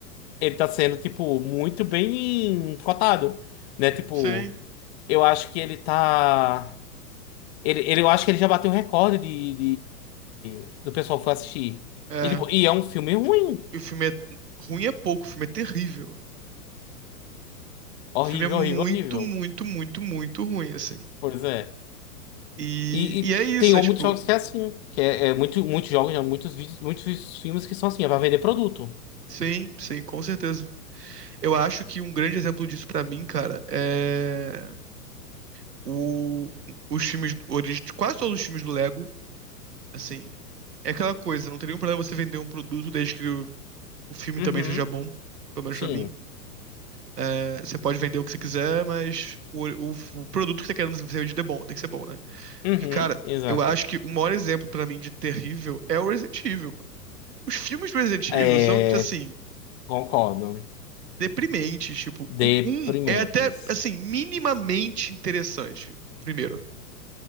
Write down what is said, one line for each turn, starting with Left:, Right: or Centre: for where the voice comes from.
Left: ele tá sendo, tipo, muito bem cotado, né? Tipo,
Right: sim.
Left: eu acho que ele tá. Ele, ele- eu acho que ele já bateu o recorde de, de- do pessoal que foi assistir.
Right: É,
Left: E, tipo, e é um filme ruim.
Right: e o filme é ruim é pouco, o filme é terrível.
Left: Horrível,
Right: O filme é muito,
Left: horrível, horrível.
Right: muito, muito, muito ruim, assim.
Left: Pois é.
Right: E,
Left: E,
Right: e
Left: e
Right: é isso,
Left: tem
Right: é tipo,
Left: muitos jogos que é assim. Que é, é muito, muitos jogos, né? muitos, vídeos- muitos filmes que são assim, é pra vender produto.
Right: sim, sim, com certeza. Eu acho que um grande exemplo disso pra mim, cara, é o, os filmes, origi- quase todos os filmes do Lego, assim, é aquela coisa, não tem nenhum problema você vender um produto desde que o filme
Left: Uhum.
Right: também seja bom, pelo menos
Left: Sim.
Right: pra mim. É, você pode vender o que você quiser, mas o, o, o produto que você tá querendo ser vendido é bom, tem que ser bom, né?
Left: Uhum.
Right: Porque, cara,
Left: Exato.
Right: eu acho que o maior exemplo pra mim de terrível é o Resident Evil. Os filmes do Resident
Left: É,
Right: Evil são, assim,
Left: concordo.
Right: deprimentes. Tipo, o
Left: Deprimentes.
Right: um é até, assim, minimamente interessante. o Primeiro.